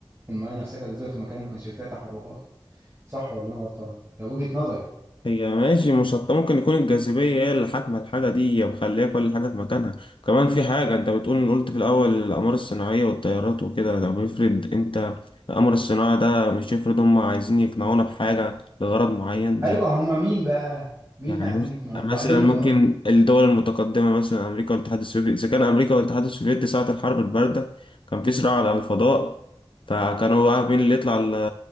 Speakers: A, on the right; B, on the left.
A: المايه نفسها كانت تتزلزل في مكانها ما كانش فيها تحركات صح ولا انا غلطان ده وجهة نظري
B: هي ماشي مسطحة ممكن يكون الجاذبية هي اللي حاكمة الحاجة دي هي مخلية كل حاجة في مكانها كمان في حاجة انت بتقول قلت في الأول الأقمار الصناعية والطيارات وكده طب افرض انت القمر الصناعي ده مش افرض هم عايزين يقنعونا بحاجة لغرض معين
A: ايوه
B: زي
A: هم مين بقى مين
B: يعني
A: اللي عايزين
B: مس-
A: يقنعوك
B: مثلا
A: وعايزين يقنعوك
B: ممكن الدول المتقدمة مثلا أمريكا والاتحاد السوفيتي إذا كان أمريكا والاتحاد السوفيتي ساعة الحرب الباردة كان في صراع على الفضاء فكانوا بقى مين اللي يطلع ال-